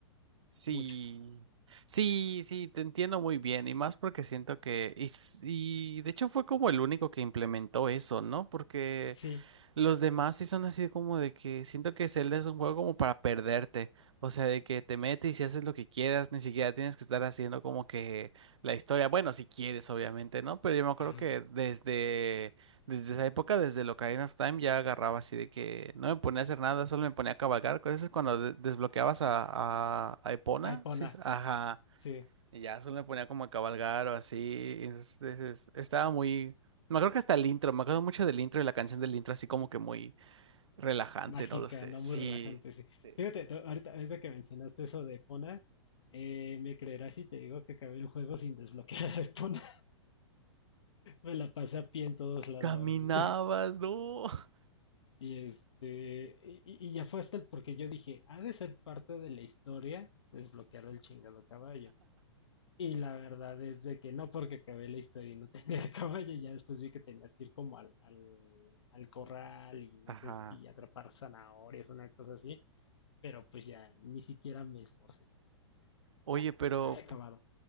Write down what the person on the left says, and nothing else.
mucho.
Sí,
ah,
Epona,
sí,
mágica,
no
muy relajante, sí.
Fíjate, to- ahorita, ahorita que mencionaste eso de Epona, eh, me creerás si te digo que acabé el juego sin desbloquear <laughs> a Epona. Me la pasé a pie en todos lados.
<laughs>
Y este, y, y ya fue hasta el porque yo dije, ha de ser parte de la historia desbloquear el chingado caballo. Y la verdad es de que no, porque acabé la historia y no <laughs> tenía el caballo, ya después vi que tenías que ir como al, al, al corral y no
sé si atrapar zanahorias, una cosa así, pero pues ya ni siquiera me esforcé, o sea, ya,
ya,
ya había acabado.